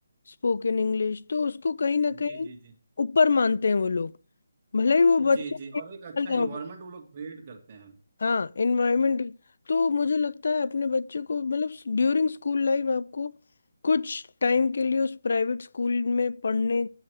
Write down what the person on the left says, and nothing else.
स्पोकन इंग्लिश तो उसको कहीं ना
कहीं
ऊपर मानते हैं वो लोग भले ही वो
बच्चे
के
साथ
ना हो
हाँ एनवायरमेंट तो मुझे लगता है अपने बच्चे को मतलब ड्यूरिंग स्कूल लाइफ आपको कुछ टाइम के लिए उस प्राइवेट स्कूल में पढ़ने